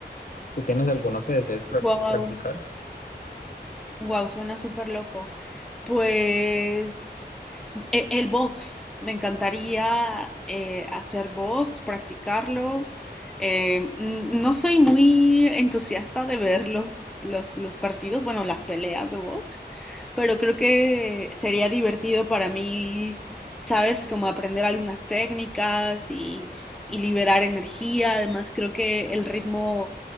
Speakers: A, on the left; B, in the centre.
A: ¿Tú tienes alguno que desees prac-
B: Wow.
A: practicar?
B: Wow, suena súper loco. Pues e- el box, me encantaría eh, hacer box, practicarlo. Eh, n- no soy muy entusiasta de ver los, los, los partidos, bueno, las peleas de box, pero creo que sería divertido para mí, ¿sabes? Como aprender algunas técnicas y, y liberar energía. Además, creo que el ritmo